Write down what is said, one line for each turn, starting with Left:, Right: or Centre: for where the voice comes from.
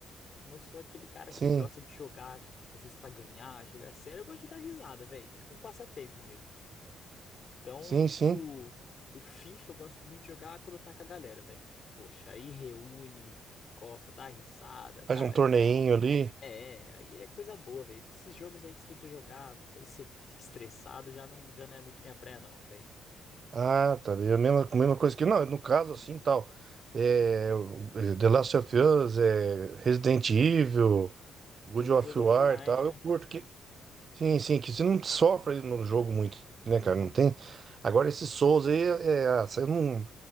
Left: Não sou aquele cara
Right: Sim,
Left: que gosta de jogar, tipo, às vezes pra ganhar, jogar sério. Eu gosto de dar risada, velho. Tipo, um passatempo mesmo. Então,
Right: sim,
Left: tipo,
Right: sim.
Left: o FIFA eu gosto muito de jogar quando eu tá com a galera, velho. Poxa, aí reúne, gosta, dá risada. Cara,
Right: Faz um torneinho ali.
Left: É, é, aí é coisa boa, velho. Esses jogos aí que você tem que jogar, aí você fica estressado, já não, já não é muito minha praia, não, velho.
Right: Ah, tá. É a mesma, a mesma coisa que. Não, no caso, assim, tal. É, o- é, The Last of Us, é, Resident Evil. God
Left: Tudo
Right: of
Left: jogo
Right: War
Left: offline,
Right: e tal,
Left: né?
Right: eu curto. Que, sim, sim, que você não sofre no jogo muito, né,
Left: Uhum.
Right: cara? Não tem. Agora, esse Souls aí, é, é, ah, se eu não.